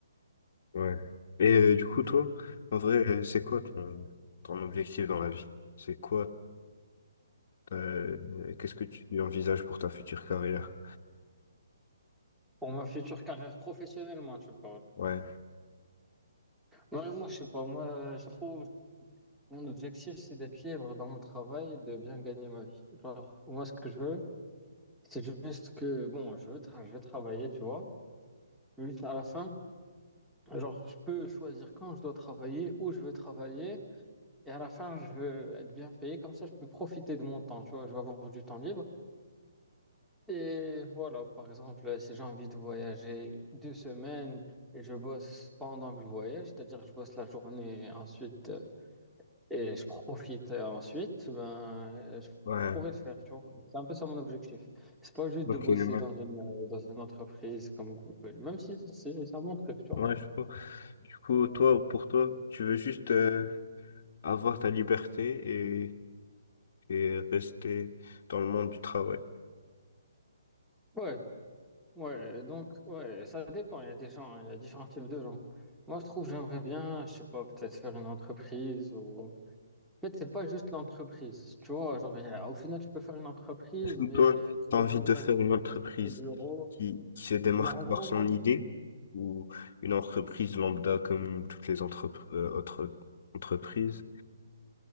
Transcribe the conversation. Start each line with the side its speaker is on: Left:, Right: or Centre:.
Left: ouais. Et euh, du coup, toi, en vrai, euh, c'est quoi ton, ton objectif dans la vie? C'est quoi, ta- euh, qu'est-ce que tu envisages pour ta future carrière?
Centre: Pour ma future carrière professionnelle, moi, tu parles.
Left: Ouais,
Centre: Ouais, moi, je sais pas. Moi, je trouve mon objectif, c'est d'être libre dans mon travail et de bien gagner ma vie. Genre, moi, ce que je veux, C'est juste que, bon, je veux, tra- je veux travailler, tu vois. Juste à la fin, genre, je peux choisir quand je dois travailler, où je veux travailler. Et à la fin, je veux être bien payé. Comme ça, je peux profiter de mon temps, tu vois. Je vais avoir du temps libre. Et voilà, par exemple, euh, si j'ai envie de voyager deux semaines et je bosse pendant que je voyage, c'est-à-dire que je bosse la journée et ensuite, euh, Et je profite euh, ensuite, ben, euh, je
Left: ouais,
Centre: pourrais le faire, tu vois. C'est un peu ça mon objectif. C'est pas juste
Left: ok,
Centre: de bosser
Left: ouais,
Centre: dans une, euh, dans une entreprise comme Google, même si c'est c'est un bon truc, tu vois.
Left: ouais, je vois. Du coup, toi, pour toi, tu veux juste euh, avoir ta liberté et, et rester dans le monde du travail.
Centre: Ouais, ouais, donc, ouais, ça dépend. Il y a des gens, il y a différents types de gens. Moi, je trouve, j'aimerais bien, je sais pas, peut-être faire une entreprise ou. En fait, c'est pas juste l'entreprise, tu vois. Genre, il y a- au final, tu peux faire une entreprise, mais
Left: Ou Toi,
Centre: tu
Left: tu
Centre: dois
Left: as envie
Centre: toujours
Left: de faire
Centre: être
Left: une entreprise
Centre: au bureau.
Left: qui, qui se démarque
Centre: Mais en gros,
Left: par son
Centre: moi,
Left: idée ou une entreprise lambda comme toutes les entrep- euh, autres entreprises.